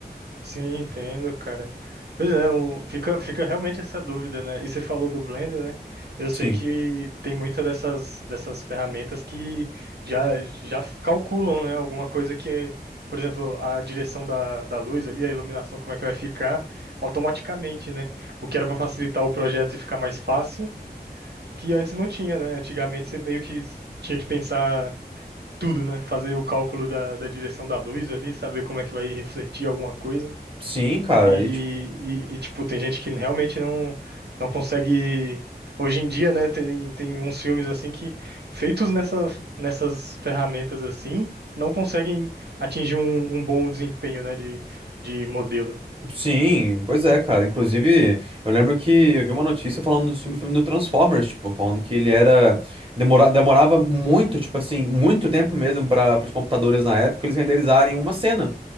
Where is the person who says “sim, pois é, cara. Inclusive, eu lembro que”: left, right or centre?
Right